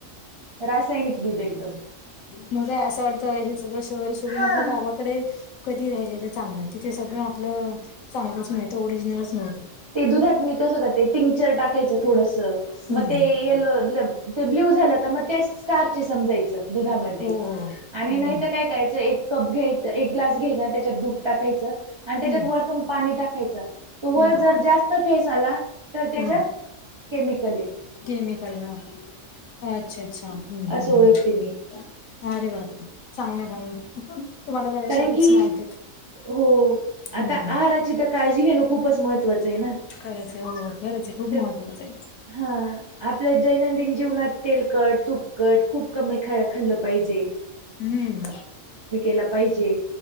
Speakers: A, on the right (about 45°); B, on the left (about 85°).
A: रासायनिक दूध एकदम.
B: मगे असं वाटत, हे सगळं शहर सोडून
A: हा.
B: आपल्या गावा कडे कधी राहिलेलं चांगलं, तिथे सगळं आपलं चांगलंच मिळतं ओरिजिनलच मिळत.
A: ते दुधात मी कसं करते, टिंक्चर टाकायचं थोडस
B: हम्म,
A: मग ते यलो ते ब्ल्यू झालं का मग त्या स्टार्च आहे समजायचं दुधामध्ये,
B: हो, हो.
A: आणि
B: हम्म,
A: नाहीतर काय करायचं एक कप घ्यायच -एक ग्लास घ्यायचा, त्याच्यात दूध टाकायचं आणि त्याच्यात
B: हम्म,
A: वरतून पाणी टाकायचं. तो
B: हम्म,
A: वर जर जास्त फेस आला तर त्याच्यात
B: हम्म.
A: केमिकलये.
B: केमिकल ना, अच्छा -च्छा- च्छा हम्म -हम्म-
A: असं ओळखते
B: हम्म
A: मी.
B: अरे बापरे! चांगल -चांगल तुम्हाला बऱ्याचशा
A: कारण
B: टिप्स
A: की
B: माहित आहेत.
A: हो
B: हम्म
A: आता आहाराची तर काळजी घेणं खूपच महत्त्वाचं आहे ना.
B: खरंचये, हो खरंचये खूच
A: तर
B: महत्त्वाचं आहे.
A: हा आपल्या दैनंदिन जीवनात तेलकट, तूपकट खूप कमी खा खाल्लं पाहिजे.
B: हम्म.
A: ला पाहिजे.